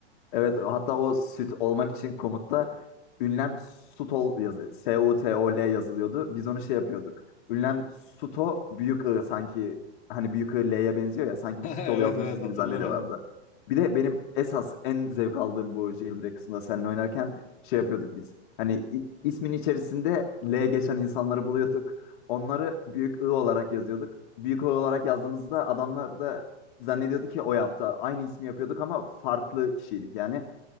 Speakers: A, on the left; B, on the left.
A: Evet hatta o süt olmak için komutta ünlem sutol yazı S-U-T-O-L yazılıyordu. Biz onu şey yapıyorduk. Ünlem suto büyük I sanki hani büyük I L'ye benziyor ya sanki
B: <laughs>
A: biz
B: Evet
A: sutol yazmışız
B: evet
A: gibi
B: hatırlıyorum.
A: zannediyorlardı. Bir de benim esas en zevk aldığım bu jailbreak kısmında seninle oynarken şey yapıyorduk biz. Hani i- ismin içerisinde L geçen insanları buluyorduk. Onları büyük I olarak yazıyorduk. Büyük I olarak yazdığımızda adamlar da zannediyordu ki o yaptı. Aynı ismi yapıyorduk ama farklı kişiydik yani.